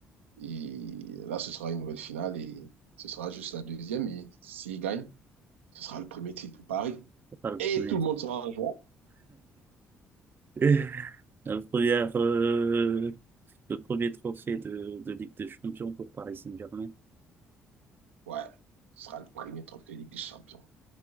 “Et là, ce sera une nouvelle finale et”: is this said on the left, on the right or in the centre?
Right